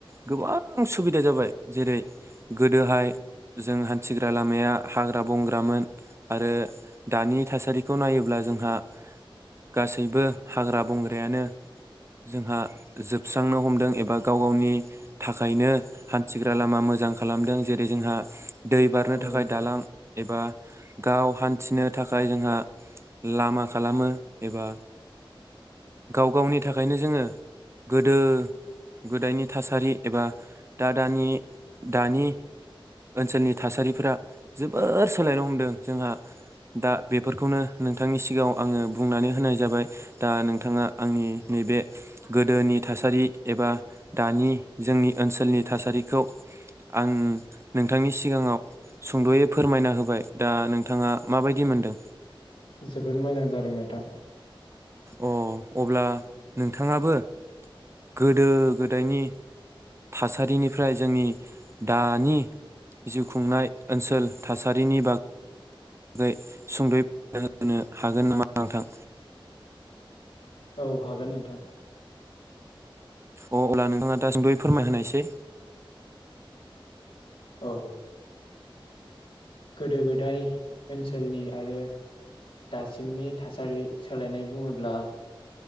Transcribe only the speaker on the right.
गोबां सुबिदा जाबाय, जेरै गोदोहाय जों हान्थिग्रा लामाया हाग्रा बंग्रामोन आरो दानि थासारिखौ नायोब्ला जोंहा गासैबो हाग्रा बंग्रायानो जोंहा जोबस्रांनो हमदों एबा गाव गावनि थाखायनो हान्थिग्रा लामा मोजां खालामदों, जेरै जोंहा दै बारनो
थाखाय
दालां एबा गाव हान्थिनो थाखाय जोंहा लामा खालामो एबा गाव गावनि थाखायनो जोंङो गोदो गोदायनि थासारि एबा दा दानि दानि ओनसोलनि थासारिफोरा जोबोर सोलायनो हमदों जोंहा दा बेफोरखौनो नोंथांनि सिगांङाव आंङो बुंनानै होनाय जाबाय दा नोंथांङा आंनि नैबे गोदोनि थासारि एबा दानि जोंनि ओनसोलनि थासारिखौ आं नोंथांनि सिगांङाव सुंदयै फोरमायना होबाय दा नोंथांङा माबायदि मोनदों?
अ अब्ला नोंथाङाबो गोदो गोदायनि थासारिनिफ्राय जोंनि दानि जिउ खुंनाय ओनसोल थासारिनि बाग बागै सुंद होनो हागोन नामा नोंथां
अ अब्ला नोंथाङा दासिमबो फोरमायहोनायसै